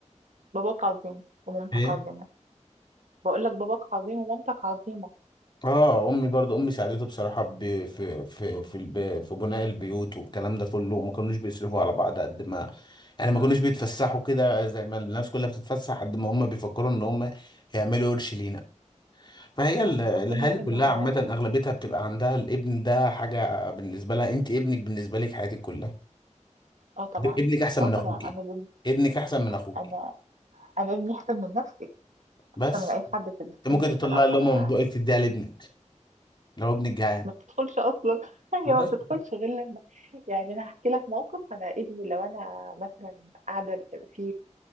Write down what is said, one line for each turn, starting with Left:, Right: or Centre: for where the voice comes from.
Right: باباك عظيم ومامتك
Left: ايه
Right: عظيمة بقول لك باباك عظيم ومامتك عظيمة
Left: اه امي برضو امي ساعدته بصراحة ب- في في في الب- في بناء البيوت والكلام ده كله وما كانوش بيصرفوا على بعض قد ما يعني ما كانوش بيتفسحوا كده زي ما الناس كلها بتتفسح قد ما هم بيفكروا ان هم يعملوا قرش لينا فهي ال- الاهالي
Right: ربنا يخليهم
Left: كلها عامة
Right: لك
Left: اغلبيتها بتبقى عندها الابن ده حاجة بالنسبة لها انت ابنك بالنسبة لك حياتك كلها
Right: اه طبعا
Left: ابنك احسن
Right: اه
Left: من
Right: طبعا
Left: اخوكي
Right: انا بنت
Left: ابنك احسن من اخوكي
Right: انا انا ابني احسن من نفسي
Left: بس
Right: احسن من اي حد في
Left: انت
Right: الدنيا
Left: ممكن
Right: بصراحة
Left: تطلع اللقمه
Right: انا
Left: من بقك تديها لابنك لو ابنك جعان
Right: ما بتدخلش اصلا <laughs> هي
Left: بس
Right: ما بتدخلش غير لما يعني انا هحكي لك موقف انا ابني لو انا مثلا قاعده في